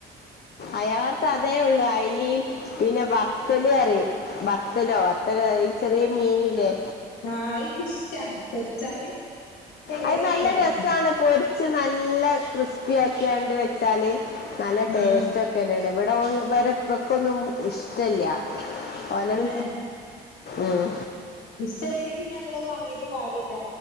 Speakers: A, on the left (about 50°); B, on the left (about 85°).
A: അയാൾടെ അടത്ത് അതേള്ളൂ അയലീം പിന്നെ വത്തല് പറയും വ വത്തലോ ബത്തലോ ഈ ചെറിയ മീനില്ലേ
B: ആഹ് അതന്ക്ക് ഇഷ്ടാണ് പൊരിച്ചാല് ഭയങ്കര
A: അത്
B: ഇഷ്ടായി
A: നല്ല രസാണ് പൊരി ച്ച് നല്ല ക്രിസ്പി ആക്കിയാണ്ട് വെച്ചാല് നല്ല
B: ആ
A: ടേസ്റ്റ് ഒക്കെ വനാണ് ഇവിടെ ഇവരപ്പക്കൊന്നും ഇഷ്ടല്ല ഓലം
B: പിന്നെ
A: ഉം
B: ഇഷ്ടല്ലേങ്കിപിന്നെ നമ്മളത് വാങ്ങീട്ട് കാര്യമില്ല